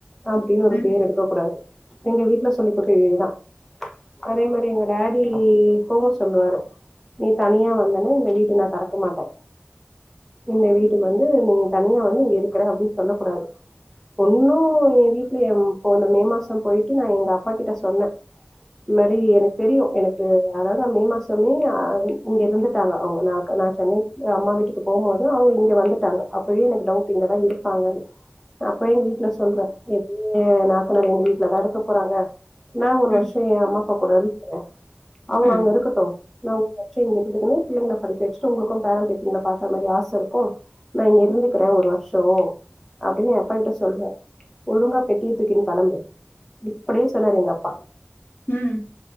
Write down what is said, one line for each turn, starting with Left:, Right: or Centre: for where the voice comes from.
Centre: அப்டின் ஒரு
Left: ம்
Centre: பேர் எடு க்கக் கூடாது எங்க வீட்ல சொல்லிக்குடுத்த இதேதா அதே மாரி எங்க டடி இப்பவு சொல்லுவாரு நீ தனியா வந்தனா இந்த வீடு நா தெறக்க மாட்ட இந்த வீட்டுக் வந்து நீ தனியா வந்து இங்க இருக்கிற அப்டின் சொல்ல கூடாது பொண்ணு எ வீட்ல எ போன மே மாசோ போய்ட்டு நா எங்க அப்பா கிட்ட சொன்ன இந்த மாரி எனக்கு தெரியு எனக்கு அதாது மே மாசமே அ இங்க இருந்திப்பாங்க அவங்க நா நா சென்னை அம்மா வீட்டுக்கு போம்போது அவங்க இங்க வந்துட்டாங்க அப்பயே எனக்கு டவுட்டு இங்கதா இருப்பாங்கன்னு அப்ப எங்க வீட்ல சொல்ற இது எ நாத்தனார் எங்க வீட்லதா இருக்க போறாங்க நா ஒரு
Left: ம்
Centre: வருஷோ எ அம்மா அப்பா கூட இருந்துகுற அவங்க
Left: ம்
Centre: அங்க இருக்கட்டு நா சேரி இருந்துக்கோ பிள்ளைங்கள படிக்க வச்சிட்டு உங்களுக்கு பேர பேத்திங்ள பாத்த மாரி ஆச இருக்கு நா இங்க இருந்துக்கற ஒரு வர்ஷோ அப்டின்னு எ அப்பா கிட்ட சொல்ற ஒழுங்கா பெட்டிய தூக்கின்னு கெளம்பு இப்டியே சொன்னாரு எங்க அப் பா
Left: ம்